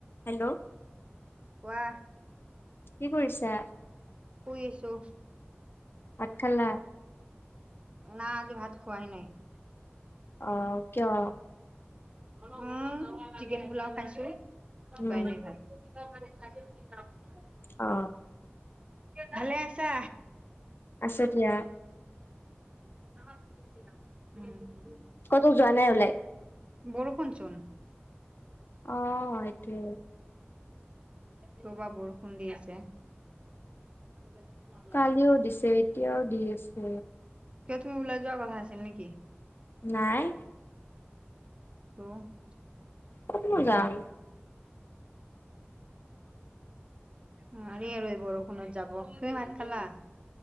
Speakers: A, on the left (about 60°); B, on the right (about 25°).
A: Hello,
B: কোৱা।
A: কি কৰিছা।
B: শুই আছোঁ।
A: ভাত খালা।
B: না আজি ভাত খোৱাই নাই।
A: অ কিয়।
B: উম চিকেন পোলাও খাইছো খোৱাই
A: উম
B: নাই ভাত, <unintelligible>
A: অ
B: ভালে আছা?
A: আছো দিয়া।
B: <unintelligible>
A: ক'তো যোৱা নাই ওলাই।
B: বৰষুণ চোন।
A: অ সেইটো।
B: ৰবা বৰষুণ দি আছে। <unintelligible>
A: কালিও দিছে এতিয়াও দি আছে।
B: কিয় তুমি ওলাই যোৱা কথা আছিল নেকি।
A: নাই।
B: ত,
A: ক'ত নো যাম।
B: নোৱাৰি আৰু এই বৰষুণত যাব তুমি ভাত খালা।